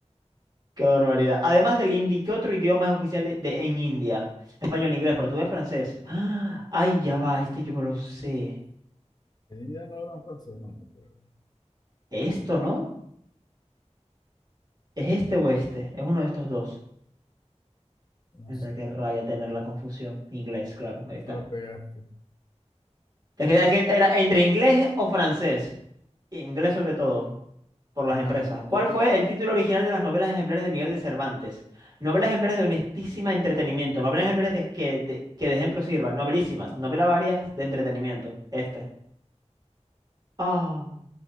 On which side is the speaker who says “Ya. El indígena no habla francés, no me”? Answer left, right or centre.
Left